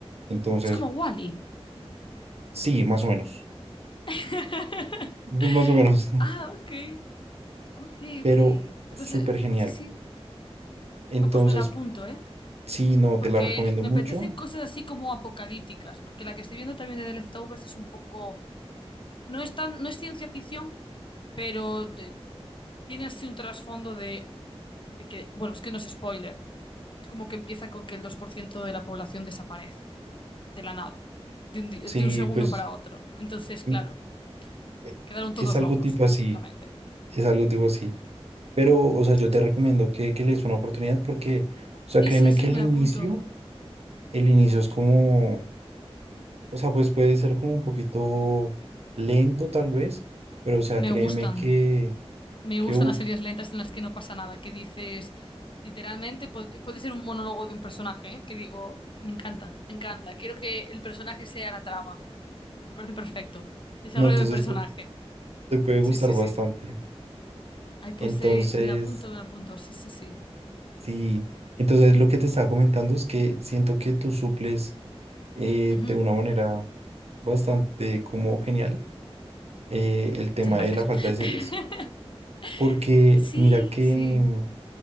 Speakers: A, on the right; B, on the left.
A: Entonces,
B: Es como Wally.
A: sí, más o menos.
B: <laughs>
A: Pues más o menos.
B: Ah, ok. Ok,
A: pero
B: ok.
A: súper
B: Pues eh,
A: genial.
B: sí, sí.
A: Entonces,
B: Ah, Pues me la apunto, ¿eh?
A: sí, no,
B: Porque
A: te la recomiendo
B: me
A: mucho.
B: apetecen cosas así como apocalípticas. Porque la que estoy viendo también de The Leftovers es un poco. No es tan, no es ciencia ficción, pero de- tiene así un trasfondo de, de que, bueno, es que no es spoiler, es como que empieza con que el 2% de la población desaparece, de la nada, de un, di-
A: Sí,
B: de un segundo
A: pues
B: para otro. Entonces,
A: mm,
B: claro,
A: e-
B: quedaron
A: es
B: todos
A: algo
B: locos,
A: tipo así,
B: básicamente.
A: es algo tipo así. Pero, o sea, yo
B: Hostias.
A: te recomiendo que, que le des una oportunidad porque, o sea,
B: Sí,
A: créeme
B: sí, sí,
A: que el
B: me
A: inicio,
B: la apunto.
A: el inicio es como, o sea, pues puede ser como un poquito lento tal vez, pero, o sea,
B: Me
A: créeme
B: gustan.
A: que,
B: Me
A: que,
B: gustan
A: uff,
B: las series lentas en las que no pasa nada, que dices, literalmente, po- puede ser un monólogo de un personaje, ¿eh? que digo, me encanta, me encanta, quiero que el personaje sea la trama. Me parece perfecto. Desarrollo
A: no, entonces
B: de personaje.
A: te, te puede
B: Sí,
A: gustar
B: sí,
A: bastante.
B: sí. Ay, pues
A: Entonces...
B: eh, me la apunto, me la apunto. Sí, sí, sí.
A: Sí, entonces lo que te estaba comentando es que siento que tú suples eh,
B: Ujú.
A: de una manera bastante como genial eh, el tema
B: Muchas gracias.
A: de la falta de series,
B: <laughs>
A: porque
B: Sí,
A: mira que,
B: sí.
A: mm,